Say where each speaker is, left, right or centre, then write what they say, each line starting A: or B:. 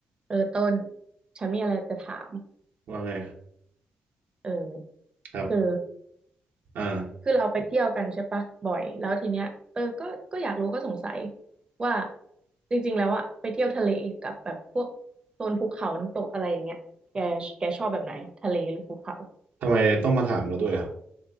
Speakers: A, on the right; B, on the right.
A: เออต้นฉันมีอะไรจะถาม
B: ว่าไง
A: เออ
B: ครับ
A: คือ
B: อ่า
A: คือเราไปเที่ยวกันใช่ปะบ่อยแล้วทีเนี้ยเออก็ก็อยากรู้ก็สงสัยว่าจริงๆแล้วอะไปเที่ยวทะเลกับแบบพวกโซนภูเขาน้ำตกอะไรอย่างเงี้ยแกแกชอบแบบไหนทะเลหรือภูเขา
B: ทำไมต้องมาถามเราด้วยอ่ะ